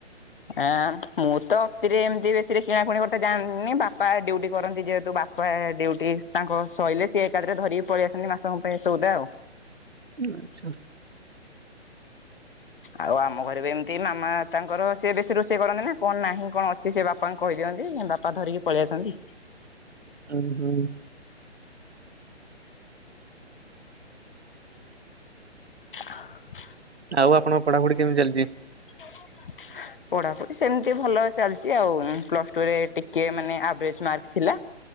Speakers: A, on the left (about 50°); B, on the right (about 70°).
A: ଆଁ ମୁଁ ତ ଅତିରେ ଏମିତି ବେଶୀରେ କିଣାକୁଣି କରିତେ ଯାଆନ୍ତିନି। ବାପା ଡ୍ୟୁଟି କରନ୍ତି ଯେହେତୁ ବା ପା ଡ୍ୟୁଟି ତାଙ୍କ ସଇଲେ ସିଏ ଏକା ଥରକେ ଧରିକି ପଳେଇଆସନ୍ତି ମାସଙ୍କ ପାଇଁ ସଉଦା ଆଉ।
B: ଆଚ୍ଛା।
A: ଆଉ ଆମ ଘରେ ବି ଏମିତି ମାମା ତାଙ୍କର ସିଏ ବେଶୀ ରୋଷେଇ କରନ୍ତି ନା କଣ ନାହିଁ କଣ ଅଛି ସେ ବାପାଙ୍କୁ କହିଦିଅନ୍ତି ବାପା ଧରିକି ପଳେଇଆସନ୍ତି।
B: ଉଁ ହୁଁ।
A: <unintelligible>
B: ଆଉ ଆପଣଙ୍କ ପଢାପଢି କେମିତି ଚାଲିଛି?
A: <unintelligible> ପଢାପଢି ସେମିତି ଭଲ ଚାଲିଛି ଆଉ। ପ୍ଲସ ଟୁରେ ଟିକେ ମାନେ ଆଭରେଜ୍ ମାର୍କ ଥିଲା।